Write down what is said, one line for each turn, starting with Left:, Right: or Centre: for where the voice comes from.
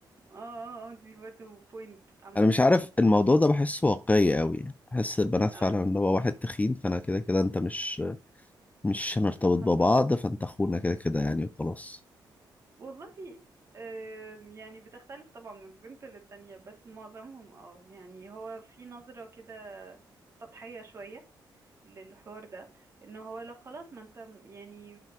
Right: اه اه آه، دي برضه بوينت عامة
Left: أنا مش عارف الموضوع ده بحسه واقعي قوي بحس البنات فعلا
Right: آه،
Left: اللي هو واحد تخين فأنا كده كده أنت مش مش هنرتبط
Right: خل...
Left: ببعض فأنت أخونا كده كده يعني وخلاص
Right: والله آم، يعني بتختلف طبعا من بنت للتانية بس معظمهم اه يعني هو في نظرة كده سطحية شوية للحوار ده ان هو لو خلاص ما انت م- يعني